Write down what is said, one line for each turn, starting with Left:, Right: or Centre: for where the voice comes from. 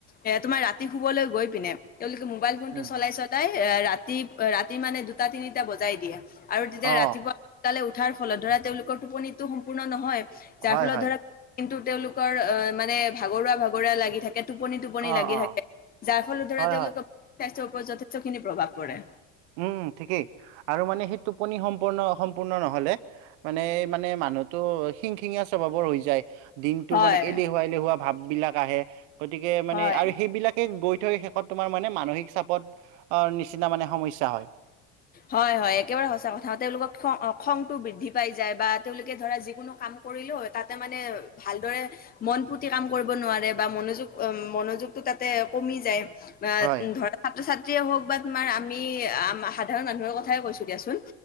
Left: এ তোমাৰ ৰাতি শুবলৈ গৈ পিনে তেওঁলোকে মোবাইল ফোনটো
Right: উম
Left: চলাই-চলাই ৰাতি-ৰাতি মানে দুটা তিনিটা বজাই দিয়ে। আৰু তেতিয়া
Right: অ
Left: ৰাতিপুৱা সোনকালে উঠাৰ ফলত ধৰা, তেওঁলোকৰ টোপনিটো সম্পূৰ্ণ নহয়। যাৰ
Right: হয়
Left: ফলত
Right: হয়
Left: ধৰা, দিনটো তেওঁলোকৰ অহ, মানে ভাগৰুৱা-ভাগৰুৱা লাগি থাকে টোপনি-টোপনি
Right: অ
Left: লাগি
Right: অ
Left: থাকে, যাৰ ফলত ধৰা,
Right: হয়
Left: তেওঁলোকৰ
Right: হয়
Left: স্বাস্থ্যৰ ওপৰত যথেষ্টখিনি প্ৰভাৱ পৰে।
Right: উম, ঠিকেই। আৰু মানে সেই টোপনি সম্পূৰ্ণ-অসম্পূৰ্ণ নহ'লে মানে-মানে মানুহতো শিং-শিঙীয়া স্বভাৱৰ হৈ যায়, দিনটো
Left: হয়
Right: মানে এলেহুৱা এলেহুৱা ভাৱ বিলাক আহে, গতিকে মানে
Left: হয়
Right: আৰু সেইবিলাক গৈ থৈ শেষত তোমাৰ মানে মানসিক চাপত অ, নিচিনা মানে সমস্যা হয়।
Left: হয়, হয়, একেবাৰে সচা কথা। তেওঁলোকক খ-খংতটো বৃদ্ধি পাই যায় বা তেওঁলোকে ধৰা যিকোনো কাম কৰিলেওঁ তাতে মানে ভালদৰে মন-পুতি কাম কৰিব নোৱাৰে বা মনোযোগ-মনোযোগটো তাতে কমি যায়। আহ,
Right: হয়
Left: ধৰা, ছাত্ৰ-ছাত্ৰীয়ে হওক বা তোমাৰ, আমি সাধাৰণ মানুহৰ কথাই কৈছো দিয়াচোন।